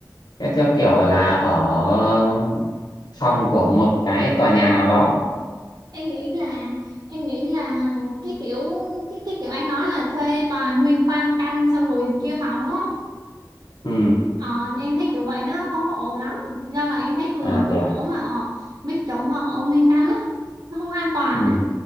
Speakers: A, on the left; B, on the right.
A: theo theo kiểu là ở ờ, phòng của một cái tòa nhà nào đó
B: em nghĩ là em nghĩ là cái kiểu cái cái kiểu anh nói là thuê toàn nguyên quan căn xong rồi chia phòng đúng
A: ừ
B: Ờ, em thấy kiểu vậy nó không có ổn lắm do là em thấy thường
A: à thế
B: mấy
A: à
B: chỗ mà ở mấy chỗ mà ở nguyên căn á nó không an toàn
A: ừ
B: á